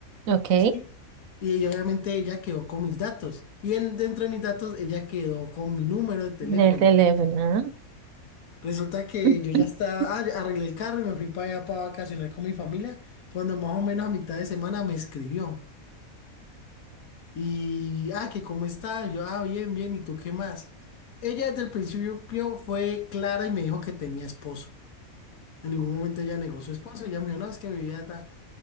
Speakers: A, on the right; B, on the left.
A: Ok,
B: ¿sí? Y ella, obviamente ella quedó con mis datos. Y en, dentro de mis datos ella quedó con mi número de teléfono.
A: del teléfono.
B: Resulta que
A: <laughs>
B: yo ya estaba, ah, ya arreglé el carro y me fui para allá para vacacionar con mi familia. Cuando más o menos a mitad de semana me escribió. Y, ah, que cómo está, yo, ah, bien, bien, ¿y tú qué más? Ella desde el principio fue clara y me dijo que tenía esposo. En ningún momento ella negó su esposo, ella me dijo, no, es que mi vida ta".